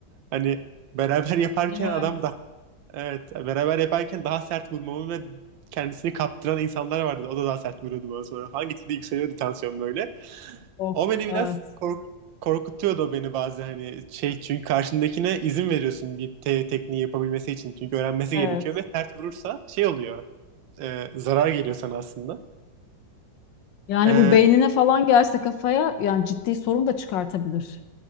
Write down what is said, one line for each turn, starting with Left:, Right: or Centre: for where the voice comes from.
Right: Hani beraber <laughs> yaparken
Left: Evet,
Right: adam daha evet beraber yaparken daha sert vurmamı ve kendisini kaptıran insanlar vardı. O da daha sert vuruyordu bana sonra falan. Gitgide yükseliyordu tansiyon böyle.
Left: of,
Right: O beni biraz
Left: evet,
Right: kork- korkutuyordu beni bazı hani şey çünkü karşındakine izin veriyorsun bir te- tekniği yapabilmesi için çünkü öğrenmesi
Left: evet.
Right: gerekiyor ve sert vurursa şey oluyor e, zarar geliyor sana aslında.
Left: Yani
Right: E,
Left: bu beynine falan gelse kafaya yani ciddi sorun da çıkartabilir.